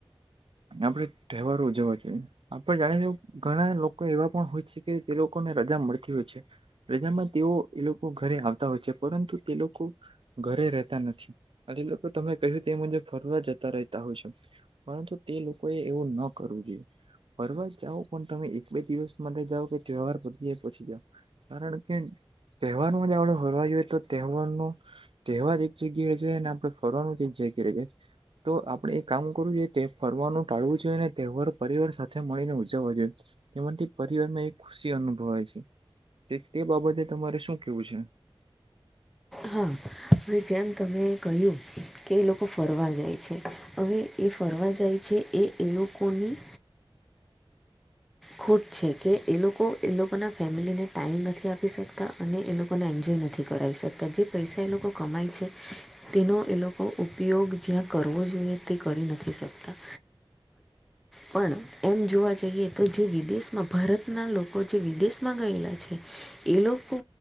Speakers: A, on the right; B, in the centre.
A: અને આપણે તહેવારો ઉજવવા જોઈએ આપણે જાણી ઘણા લોકો એવા પણ હોય છે કે તે લોકોને રજા મળતી હોય છે રજામાં તેઓ એ લોકો ઘરે આવતા હોય છે પરંતુ તે લોકો ઘરે રહેતા નથી હજી લોકો તમે કહ્યું તે મુજબ ફરવા જતા રહેતા હોય છે પરંતુ તે લોકોએ એવું ન કરવું જોઈએ ફરવા જ જાઓ પણ તમે એક બે દિવસ માટે જાઓ તે પછી ત્યોહાર પતી જાય પછી જાઓ કારણ કે તહેવારમાં જ આપણે ફરવા જઈએ તો તહેવારનો તહેવાર એક જગ્યા છે ને આપણે ફરવાનું જ એક જગ્યા છે તો આપણે એ કામ કરવું જોઈએ તે ફરવાનું ટાળવું જોઈએ ને તહેવાર પરિવાર સાથે મળીને ઉજવવા જોઈએ એમાંથી પરિવાર માં એક ખુશી અનુભવાય છે તે તે બાબતે તમારે શું કેવું છે
B: હા જેમ તમે કહ્યું કે એ લોકો ફરવા જાય છે હવે એ ફરવા જાય છે એ એ લોકોની ખુટ છે કે એ લોકો એ લોકોના ફેમિલીને ટાઈમ નથી આપી શકતા અને એ લોકોને એન્જોય નથી કરાવી શકતા જે પૈસા એ લોકો કમાય છે તેનો એ લોકો ઉપયોગ જ્યાં કરવો જોઈએ તે કરી નથી શકતા પણ પણ એમ જોવા જઈએ તો જે વિદેશમાં ભરતના લોકો જે વિદેશમાં ગયેલા છે એ લોકો